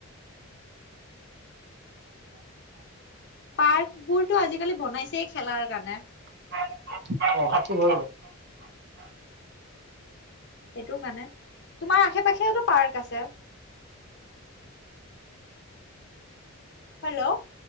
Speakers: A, on the left (about 55°); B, on the right (about 50°).
A: পাৰ্ক বোৰতো আজিকালি বনাইছেই খেলাৰ কাৰণে।
B: অ সেইটো হয় বাৰু
A: সেইটোৰ কাৰণে। তোমাৰ আশে-পাশেওটো পাৰ্ক আছে। হেল্ল'।